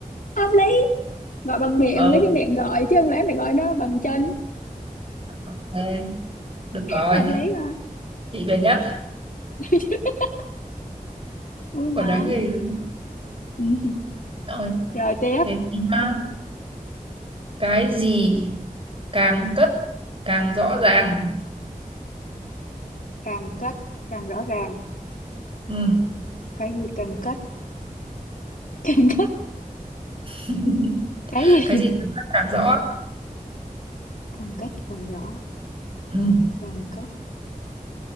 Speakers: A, on the left (about 65°); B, on the right (about 40°).
A: hợp lý gọi bằng miệng
B: ừ
A: lấy cái miệng gọi chứ không lẽ mày gọi nó bằng chân
B: ok, được
A: <laughs>
B: rồi
A: hợp lý mà
B: chị về nhất
A: <laughs> vui mà
B: còn đáng ghê luôn
A: ừ.
B: Rồi.
A: rồi tiếp
B: thế thì nhá, cái gì càng cất càng rõ ràng
A: càng cất càng rõ ràng
B: ừ.
A: cái gì càng cất <laughs> càng cất
B: <laughs>
A: cái
B: cái
A: gì
B: gì càng cất càng rõ
A: càng cất càng rõ
B: ừ.
A: càng cất